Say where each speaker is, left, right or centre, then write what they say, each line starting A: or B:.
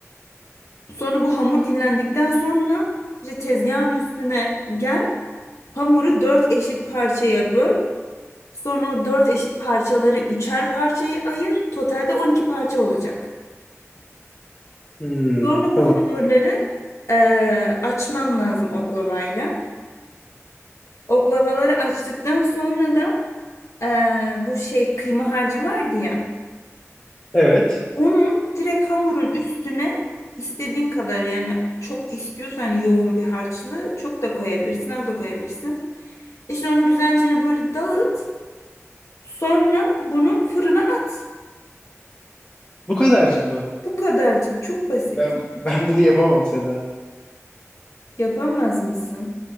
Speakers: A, on the left; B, on the left.
A: Sonra bu hamur dinlendikten sonra işte tezgahın üstüne gel. Hamuru dört eşit parçaya böl. Sonra 4 eşit parçaları üçer parçaya ayır. Totalde 12 parça olacak.
B: Hmm,
A: Sonra
B: tamam.
A: bu hamurları eee, açman lazım oklavayla. Oklavaları açtıktan sonra da eee, bu şey kıyma harcı vardı ya.
B: Evet.
A: Onun direkt hamurun üstüne istediğin kadar yani çok istiyorsan yoğun bir harçlı çok da koyabilirsin az da koyabilirsin. İşte onu güzelce hani böyle dağıt. Sonra bunu fırına at.
B: Bu kadarcık mı?
A: Bu kadarcık çok basit.
B: Ben ben bunu yapamam Seda.
A: Yapamaz mısın?